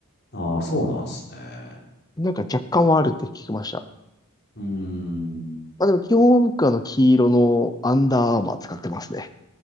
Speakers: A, on the left (about 50°); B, on the left (about 15°).
A: あー、そうなんですね。
B: なんか若干はあるって聞きました。
A: うーん。
B: まあでも基本は僕はあの黄色のアンダーアーマー使ってますね。